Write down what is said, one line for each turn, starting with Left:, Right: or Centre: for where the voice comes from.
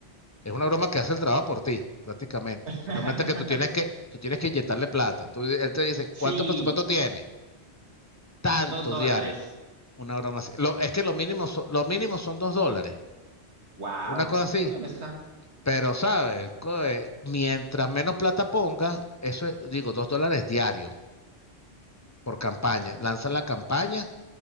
Left: Es una broma que hace el trabajo por ti, prácticamente.
Right: <laughs>
Left: Solamente que tú tienes que, tú tienes que inyectarle plata. Tú, él te dice,
Right: Sí,
Left: ¿cuánto presupuesto tiene? Tanto
Right: dos dólares.
Left: diario. Una broma así. Lo, es que lo mínimo, son, lo mínimo son dos dólares.
Right: Wow.
Left: Una cosa así.
Right: Bueno, está.
Left: Pero, ¿sabes? Coe, Mientras menos plata pongas, eso es, digo, dos dólares diarios por campaña. Lanzan la campaña